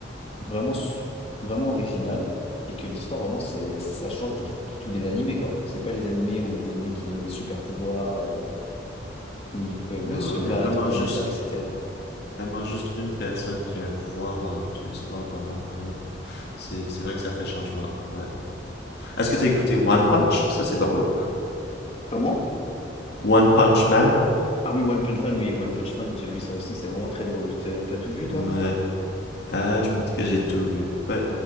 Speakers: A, on the left; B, on the left.
A: vraiment, su- vraiment original. Et que l'histoire, vraiment, c'est, ça change de, de tous les animés, quoi. C'est pas les animés où des mecs, ils ont des super pouvoirs, euh, et ils peuvent
B: Non,
A: se battre
B: il y a vraiment
A: dans
B: juste
A: les airs, etc.
B: vraiment juste une personne qui a un pouvoir dans toute l'histoire, pas mal. Ouais. C'est, c'est vrai que ça fait changement. Ouais. Est-ce que t'as écouté One Punch? Ça, c'est drôle.
A: Comment?
B: One Punch Man?
A: Ah oui, One Punch Man, oui, One Punch Man, j'ai vu ça aussi, c'est vraiment très drôle. T'as t'as tout vu, toi?
B: Ouais. Euh, je pense que j'ai tout vu. Ouais.